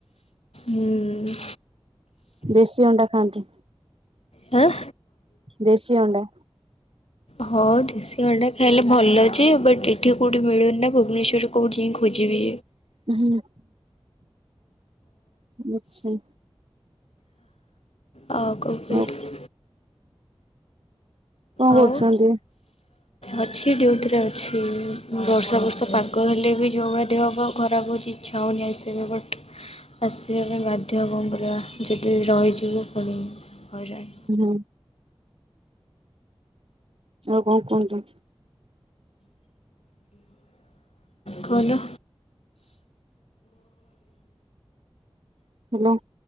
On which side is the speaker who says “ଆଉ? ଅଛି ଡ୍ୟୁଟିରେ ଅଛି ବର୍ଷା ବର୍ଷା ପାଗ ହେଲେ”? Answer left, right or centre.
Left